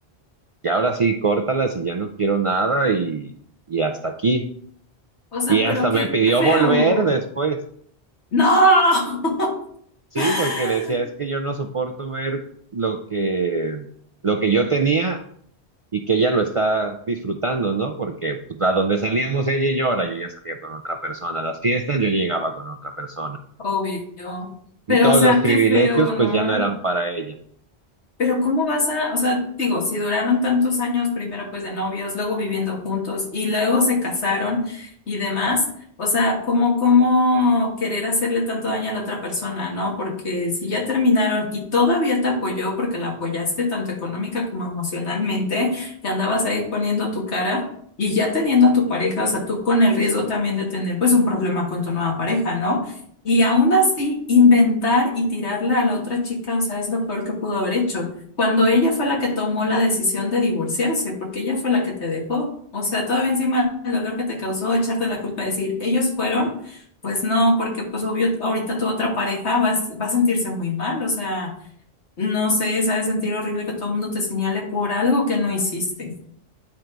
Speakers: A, on the right (about 50°); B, on the left (about 85°).
A: y ahora sí, córtalas y ya no quiero nada y, y hasta aquí.
B: O sea,
A: Y
B: pero
A: hasta
B: qué
A: me pidió
B: feo.
A: volver después,
B: No,
A: sí,
B: <laughs>
A: porque decía, es que yo no soporto ver lo que, lo que yo tenía y que ella lo está disfrutando, ¿no? Porque pues, a donde salíamos ella y yo, ahora yo ya salía con otra persona, a las fiestas yo llegaba con otra persona.
B: obvio. Pero,
A: Y todos
B: o sea,
A: los privilegios
B: qué feo, ¿no?
A: pues ya no eran para ella.
B: Pero ¿cómo vas a, o sea, digo, si duraron tantos años primero pues de novios, luego viviendo juntos y luego se casaron y demás, o sea, ¿cómo, cómo querer hacerle tanto daño a la otra persona, ¿no? Porque si ya terminaron y todavía te apoyó porque la apoyaste tanto económica como emocionalmente, te andabas ahí poniendo tu cara y ya teniendo a tu pareja, o sea, tú con el riesgo también de tener pues un problema con tu nueva pareja, ¿no? Y aún así, inventar y tirarle a la otra chica, o sea, es lo peor que pudo haber hecho cuando ella fue la que tomó la decisión de divorciarse, porque ella fue la que te dejó. O sea, todavía encima el dolor que te causó echarte la culpa, decir, ellos fueron, pues no, porque pues obvio, ahorita tu otra pareja va, a s- va a sentirse muy mal, o sea, no sé, se ha de sentir horrible que todo el mundo te señale por algo que no hiciste.